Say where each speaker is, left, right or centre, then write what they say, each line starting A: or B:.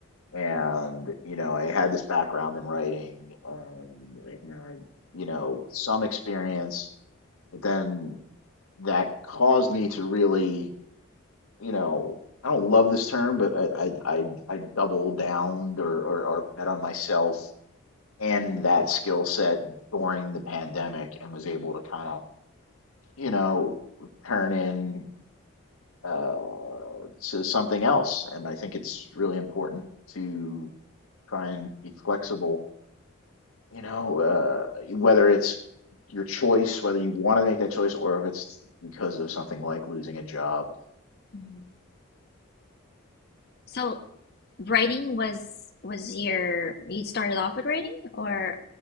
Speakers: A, on the left; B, on the left.
A: and you know i had this background in writing um and, uh, you know some experience but then that caused me to really you know i don't love this term but i i i, I double downed or, or or bet on myself and
B: mm-hmm.
A: that skill set during the pandemic and was able to kind of you know turn in uh to something else and i think it's really important to try and be flexible you know, uh, whether it's your choice, whether you want to make that choice, or if it's because of something like losing a job.
B: Mhm. So writing was was your you started off with writing or